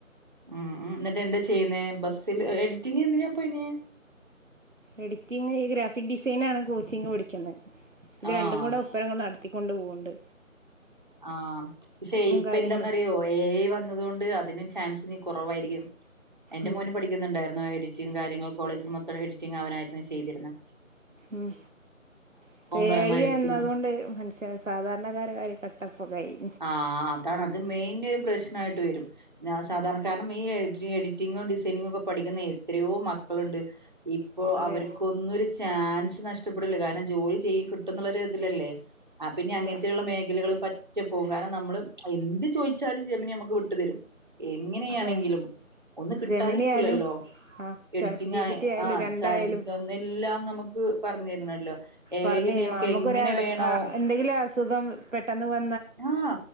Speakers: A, on the right (about 35°); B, on the right (about 65°).
A: ഉം ഉം എന്നിട്ട് എന്താ ചെയ്യുന്നേ ബസ്സിൽ എഡിറ്റിങ് എന്തിനാ പോയിന
B: എഡിറ്റിങ് ഈ ഗ്രാഫിക് ഡിസൈനാണ് കോച്ചിങ് പടിക്കുന്നത് ഇത്
A: ആഹ്
B: രണ്ടും കൂടെ ഉപ്പരം കൊണ്ട് നടത്ത എത്തിക്കൊണ്ട് പോകണ്ട്.
A: ആ പക്ഷെ ഇപ്പ
B: കാര്യങ്ങളും
A: എന്താന്നറിയോ എ ഐ വന്നത് കൊണ്ട് അതിന് ചാൻസ് ഇനി കുറവായിരിക്കും. എന്റെ
B: ഉം
A: മോന് പഠിക്കുന്നുണ്ടായിരുന്നു എഡിറ്റിങ് കാര്യങ്ങൾ കോളേജിൽ മൊത്തം എഡിറ്റിങ് അവനായിരുന്നു ചെയ്തിരുന്നു.
B: ഉം ഇപ്പ എ
A: പറയുമ്പോ
B: ഐ വന്നതുകൊണ്ട്
A: എഡിറ്റിംഗ്
B: മനുഷ്യ സാധാരണക്കാര കാര്യ ക കട്ട പോകായി.
A: ആഹ് അതാണ് അത് മെയിൻ ഒരു പ്രശ്നായിട്ട് വരും. ഞാ സാധാരണ കാരണം ഈ എഡി എഡിറ്റിങ്ങും ഡിസൈനിങ്ങും ഒക്കെ പഠിക്കുന്ന എത്രയോ മക്കളുണ്ട്. ഇപ്പോ
B: അതെ
A: അവർക്കൊന്നും ഒരു ചാൻസ് നഷ്ടപ്പെടില്ല കാരണം ജോലി ചെയ്യും കിട്ടുന്ന ഇതിലല്ലേ ആ പിന്നെ
B: ഇല്ല
A: അങ്ങനെയുള്ള മേഖലകും ഒറ്റ പോകും കാരണം നമ്മള് എന്ത് ചോദിച്ചാലും ജമനിി നമ്മുക്ക് വിട്ടുതരും എങ്ങനെയാണെങ്കിലും
B: അതെ
A: ഒന്നന്ന് കിട്ടാതിരിക്കൂലല്ലോ
B: ജെമിനി ആയാലും ആ
A: എഡിറ്റിംഗ
B: ചാറ്റ് ജി
A: ആണ്
B: പി ടി ആയാലും
A: ആ
B: രണ്ടായാലും
A: ചാജിപ്പ ഒന്ന എല്ലാം നമുക്ക് പറഞ്ഞു തരണല്ലോ എ
B: പറഞ്ഞു
A: ഐ ന്നെ
B: തരുും
A: നമുക്ക്
B: നമുക്ക്ൊട
A: എങ്ങനെ വേണോ
B: എന്തെങ്കിലും അസുഖം പെട്ടെന്ന് പറ
A: ആഹ